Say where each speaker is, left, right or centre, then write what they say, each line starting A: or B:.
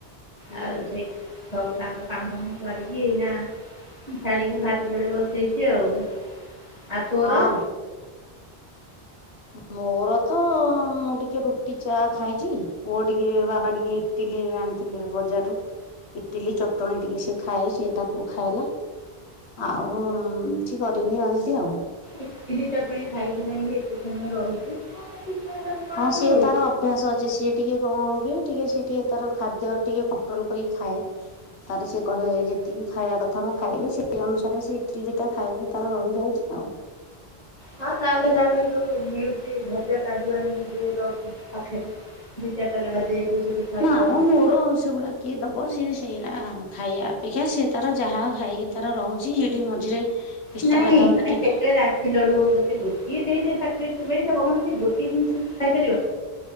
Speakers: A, on the left (about 85°); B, on the left (about 40°).
A: ହୁଁ
B: ଆଉ ସେଇ ସବୁ ତାଙ୍କ କାମ କରିକି ଏଇନା ଛାଡିକି ଭାତ ଯୋଡ଼େ ବସେଇଛି ଆଉ। ଆଉ ତୋର।
A: ହଁ ମୋର ତ ମୁଁ ଟିକେ ରୁଟି ଚା ଖାଇଛି ପୁଅ ଟିକେ ବାବା ଟିକେ ଇଟିଲି ଆଣିଥିଲି ବଜାରରୁୁ ଇଟିଲି ଚଟଣୀ ଟିକେ ସିଏ ଖାଏ ସିଏ ତାକୁ ଖାଇଲା। ଆଉ କିଛି କରିନି ଏମିନ୍ତି ଆଉ
B: ଇତିଲି ଚଟଣି ଖାଇକି ଯାଇକି ଏତେ ସମୟ ରହୁଛି। କଣ କଣ
A: ହଁ ସିଏ
B: ତୁ
A: ତାର ଅଭ୍ୟାସ ଅଛି ସିଏ ଟିକେ କଣ କି ଟିକେ ସିଏ ଟିକେ ତାର ଖାଦ୍ୟ ଟିକେ କଣ୍ଟ୍ରୋଲ କରିକି ଖାଏ। ତାର ସେ କହେ ଯେତିକି ଖାଇବା କଥା ମୁଁ ଖାଇବି ସେଇ ଅନୁସାରେ ସେ ଇଟିଲି ଦିଟା ଖାଇବି ତାର ରହିଯାଉଛି ଆଉ।
B: ହଁ ତାହେଲେ ତାପାଇଁ ଯୋଉ ମିଳୁଛି ଭଜା କାଜୁ ଆଣିକି ଦିଏ ତ ପାଖରେ ବି ଚାରଟା ଲା ଦେଇ ଦବୁ ସେଠି ଖାଇଦବା
A: ନାମ ମୋର
B: ସେଠି।
A: ସେଗୁଡା କିଏ ଦବ ସିଏ ସେଇରା ଖାଇବା ଅପେକ୍ଷା ସିଏ ତାର ଯାହା ଖାଇକି ତାର ରହୁଛି ହେଠି ମଝିରେ ପିସ୍ତା
B: ନାଇଁ
A: ବାଦାମ
B: ମାନେ
A: ଟିକେ
B: କେତେ
A: ଖା-
B: ରାଶି ଲଡୁ ହଉ ପଛେ ଗୋଟିଏ ଦେଇଦେ ବାଟରେ ଚୋବେଇ ଦେବ କଣ ସେ ଗୋଟେ ଜିନିଷ ଖାଇପାରିବ।